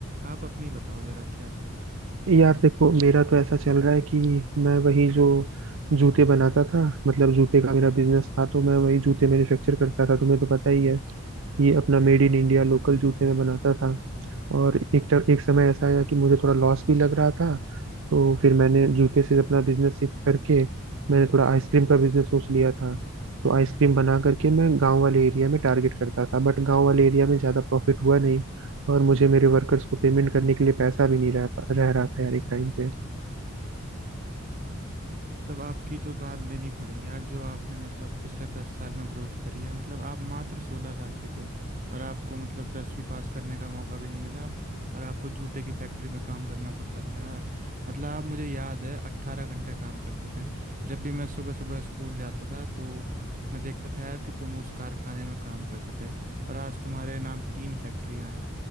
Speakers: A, on the right; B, on the right.
A: आप अपनी बताओ जरा क्या चल रहा है
B: यार देखो मेरा तो ऐसा चल रहा है कि मैं वही जो जूते बनाता था मतलब जूते का मेरा बिजनेस था तो मैं वही जूते मैन्युफैक्चर करता था तुम्हें तो पता ही है कि अपना मेड इन इंडिया लोकल जूते में बनाता था और एक ट- एक समय ऐसा आया कि मुझे थोड़ा लॉस भी लग रहा था तो फिर मैंने जूते से अपना बिजनेस शिफ्ट करके मैंने थोड़ा आइसक्रीम का बिजनेस सोच लिया था तो आइसक्रीम बना करके मैं गांव वाले एरिया में टारगेट करता था बट गांव वाले एरिया में ज़्यादा प्रॉफिट हुआ नहीं और मुझे मेरे वर्कर्स को पेमेंट करने के लिए पैसा भी नहीं रह पा- रह रहा था यार एक टाइम पे
A: मतलब आपकी तो दाद देनी पड़ेगी यार जो आपने मतलब पिछले दस साल में ग्रोथ करी है मतलब आप मात्र सोलह साल के थे और आपको मतलब दसवीं पास करने का मौका भी नहीं मिला और आपको जूते की फैक्ट्री में काम करना पड़ता था यार मतलब आप मुझे याद है अट्ठारह घंटे काम करते थे जब भी मैं सुबह सुबह स्कूल जाता था तो मैं देखता था यार कि तुम उस कारखाने में काम करते थे और आज तुम्हारे नाम तीन फैक्ट्रियां हैं